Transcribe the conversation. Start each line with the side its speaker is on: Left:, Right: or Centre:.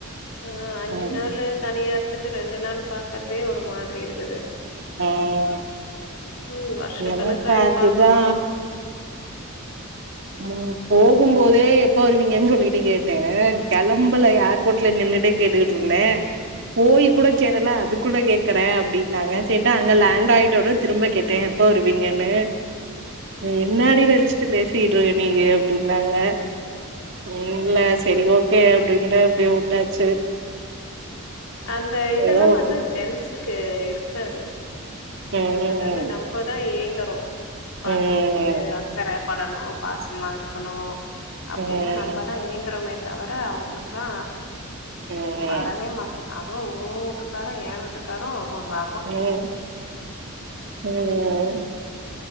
Left: ஆ அஞ்சு
Right: ம்
Left: நாளூ தனியா இருந்துட்டு ரெண்டு நாள் பாக்கறதே ஒரு மாதிரி இருக்குது
Right: ம்
Left: ம் வருஷக்கணக்காயி
Right: எனக்கு அதுதா
Left: பாக்கணும்னா
Right: ம் போகும் போதே எப்ப வருவீங்கன்னு சொல்லிட்டு கேட்டே கெளம்பல
Left: ம்,
Right: யா போட்ல நின்னுட்டே கேட்டுக்கிட்டு இருந்தே போய்
Left: ம்,
Right: கூடச் சேரல அது கூட கே க்கிற அப்டின்னாங்க சேரின்ட்டு அங்க லேண்டு ஆயிட்டோனு திரும்ப கேட்டே எப்ப வருவீங்கன்னு நீ என்னாடி
Left: ம்.
Right: நெனச்சிட்டு பேசிட்டுருக நீயி அப்டின்னாங்க ம் இல்ல சரி ஓகே அப்டின்ட்டு அப்டியே வுட்டாச்சு
Left: அந்த இதெல்லா
Right: ஏதோ ஒரு
Left: வந்து ஜென்ஸுக்கு இருக்காது
Right: ம்
Left: அது வந்து நம் இப்பதா ஏங்கறோ பாசத்துக்
Right: ம்
Left: க்கு அக்கற படணு பாசமா இருக்கணு அப்டின்னு
Right: ம்
Left: நம்பதா ஏங்கறோமே தவர அவுங்குளுக்ல்லா
Right: ம்
Left: வரவே மாட் அது ஊ ஊட்டுக்காரு ஏ வீட்டுக்காரு ஒரு ர
Right: ம் ம்